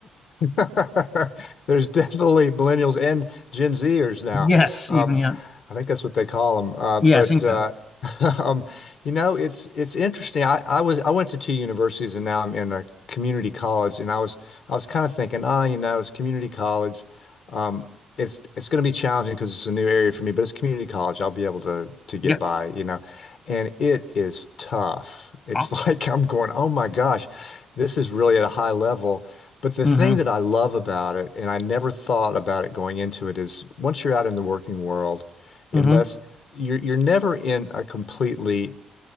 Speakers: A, on the left; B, on the left.
A: <laughs> There's definitely millennials and Gen Zers now.
B: Yes,
A: Um,
B: even young.
A: I think that's what they call them. Uh,
B: Yeah,
A: but
B: I think
A: uh,
B: so.
A: <laughs> um, you know, it's it's interesting. I, I was I went to two universities and now I'm in a community college, and I was I was kind of thinking, ah, you know, it's community college. Um, it's it's going to be challenging because it's a new area for me, but it's community college. I'll be able to to get
B: Yep.
A: by, you know. And it is tough. It's
B: Oh,
A: <laughs> like I'm going, oh my gosh, this is really at a high level. But the
B: mm-hmm.
A: thing that I love about it, and I never thought about it going into it, is once you're out in the working world,
B: Mm-hmm.
A: unless you're you're never in a completely